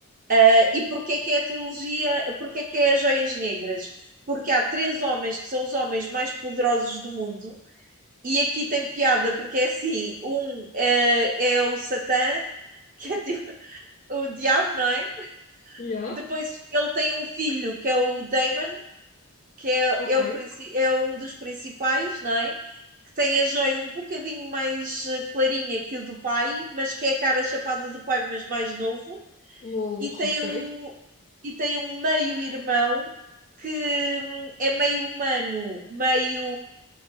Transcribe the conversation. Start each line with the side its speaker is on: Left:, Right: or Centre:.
Right: Ah, e porquê que é a trilogia, porquê que é as Joias Negras? Porque há três homens que são os homens mais poderosos do mundo, e aqui tem piada, porque é assim: um é, é o Satã, <laughs> que é tipo o diabo, não é?
Left: Yeah.
Right: Depois ele tem um filho, que é o Damon, que é,
Left: Ok.
Right: é, o, princi- é um dos principais, não é? Que tem a joia um bocadinho mais eh, clarinha que o do pai, mas que é a cara chapada do pai, mas mais novo.
Left: LOL.
Right: E
Left: <laughs>
Right: tem um,
Left: Ok.
Right: e tem um meio-irmão que hum, é meio humano, meio